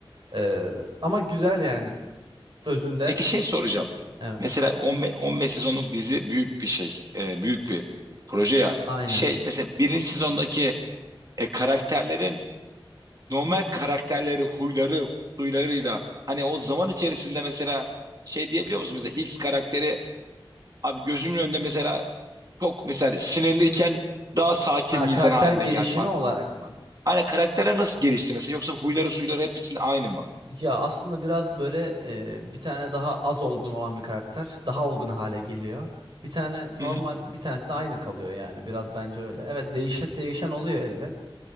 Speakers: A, on the right; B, on the right.
A: Ee, ama güzel yani özünde.
B: Peki şey soracağım.
A: Evet.
B: Mesela 15, 15 sezonluk dizi büyük bir şey. e, büyük bir proje ya.
A: Aynen.
B: Şey mesela birinci sezondaki e, karakterlerin normal karakterleri, huyları, suylarıyla hani o zaman içerisinde mesela şey diyebiliyor musun? Mesela X karakteri abi gözümün önünde mesela çok mesela sinirliyken daha sakin
A: Ha
B: bir
A: karakter
B: insan haline
A: gelişimi
B: geldi falan.
A: olarak mı?
B: Hani karakterler nasıl gelişti mesela? Yoksa huyları, suyları hepsinin aynı mı?
A: Ya aslında biraz böyle e, bir tane daha az olgun olan bir karakter daha olgun hale geliyor. Bir tane normal,
B: Hı hı.
A: bir tanesi de aynı kalıyor yani biraz bence öyle. Evet değişen değişen oluyor elbet.